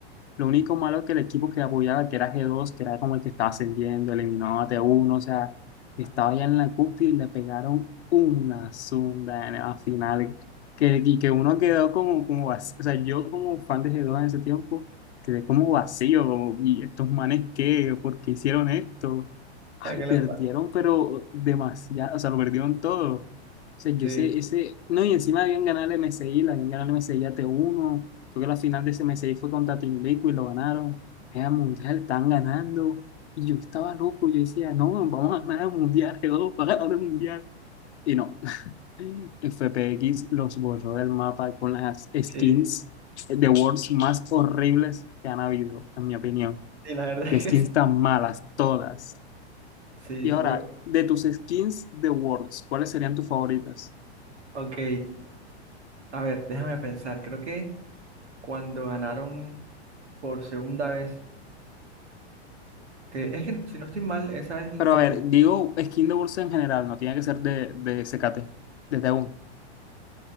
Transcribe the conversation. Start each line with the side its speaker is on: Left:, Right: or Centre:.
Left: lo único malo es que el equipo que apoyaba, que era G2, que era como el que estaba ascendiendo, eliminó a T1, o sea, estaba
Right: Ah,
Left: ya en la cúspide y le pegaron una zunda en la final. Que, y que uno quedó como, como vacío. O sea, yo como fan de G2 en ese tiempo, quedé como vacío, como, ¿y estos manes qué? ¿Por qué hicieron esto? Ay,
Right: ¿a qué
Left: perdieron,
Right: les pasa?
Left: pero demasiado, o sea, lo perdieron todo. O sea, yo
Right: Sí,
Left: ese, ese, no, y encima habían ganado el MSI, la habían ganado el MSI a T1, Creo que la final de ese CM6 fue contra Team Liquid y lo ganaron. Era mundial, están ganando. Y yo estaba loco, yo decía, no, no, vamos a ganar el mundial, <laughs> que va a ganar el mundial. Y no, <laughs> FPX los borró del mapa con las skins
Right: sí,
Left: de Worlds más horribles que han habido, en mi opinión.
Right: sí, la verdad <laughs>
Left: Qué
Right: es
Left: Skins
Right: que sí.
Left: tan malas, todas.
Right: Sí,
Left: Y ahora,
Right: yo,
Left: de tus skins de Worlds, ¿cuáles serían tus favoritas?
Right: ok, a ver, déjame pensar. Creo que cuando ganaron por segunda vez, que es que si no estoy mal, esa es donde
Left: Pero a ver, digo skin de Worlds en general, no tiene que ser de, de SKT, desde uno.